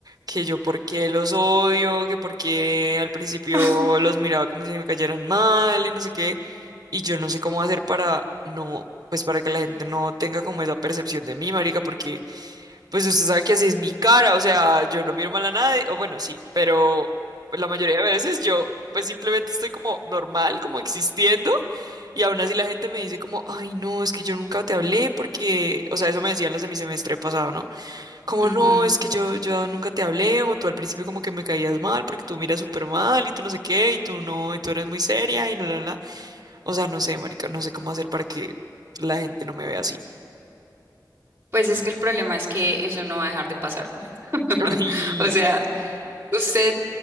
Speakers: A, on the right; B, on the right.
A: que yo por qué los odio, que por qué al principio
B: <laughs>
A: los miraba como si me cayeran mal y no sé qué. Y yo no sé cómo hacer para no, pues para que la gente no tenga como esa percepción de mí, marica, porque Pues usted sabe que así es mi cara, o sea, yo no miro mal a nadie, o bueno, sí, pero pues, la mayoría de veces yo pues simplemente estoy como normal, como existiendo, y aún así la gente me dice como, ay, no, es que yo nunca te hablé porque, o sea, eso me decían los de mi semestre pasado, ¿no? Como,
B: Ujú.
A: no, es que yo, yo nunca te hablé, o tú al principio como que me caías mal porque tú miras súper mal y tú no sé qué, y tú no, y tú eres muy seria y la, la, la. O sea, no sé, marica, no sé cómo hacer para que la gente no me vea así.
B: Pues es que el problema es que eso no va a dejar de pasar. <laughs>
A: <laughs> Y...
B: O sea, usted